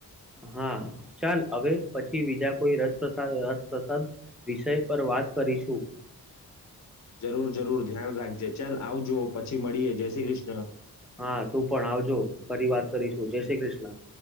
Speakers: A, in the centre; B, on the left.
A: હા ચાલ હવે પછી બીજા કોઈ રસપ્ર રસપ્રસાદ વિષય પર વાત કરીશું
B: જરૂર જરૂર ધ્યાન રાખજે ચાલ આવજો પછી મળીએ જય શ્રી કૃષ્ણ
A: હા તું પણ આવજો ફરી વાત કરીશું જય શ્રી કૃષ્ણ